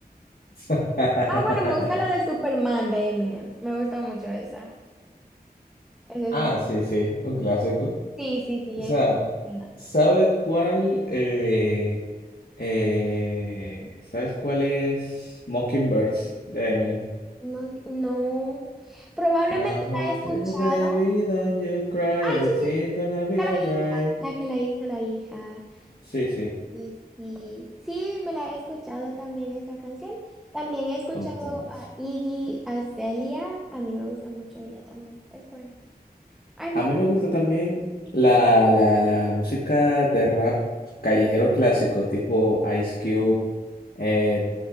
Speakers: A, on the left; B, in the centre.
A: <laughs>
B: Ah, bueno, me gusta la de Superman de Eminem. Me gusta mucho esa. Esa es
A: Ah,
B: muy...
A: sí, sí, un clásico.
B: Sí, sí, sí,
A: O sea,
B: esa es buena.
A: ¿Sabe cuál? eh, eh, ¿sabes cuál es Mockingbirds de Eminem?
B: No, no. Probablemente
A: Now, hush,
B: la he escuchado.
A: little baby, don't you cry,
B: Ay,
A: everything
B: sí, sí, sí,
A: gonna be alright.
B: la hija, la que la hizo la hija.
A: Sí, sí,
B: Y sí, sí, me la he escuchado también esa canción. También he escuchado
A: un más.
B: a Iggy Azalea. A mí me gusta mucho ella también. Es buena. Hay mucho.
A: A mí me gusta también la, la, la música de rap callejero clásico, tipo Ice Cube, eh,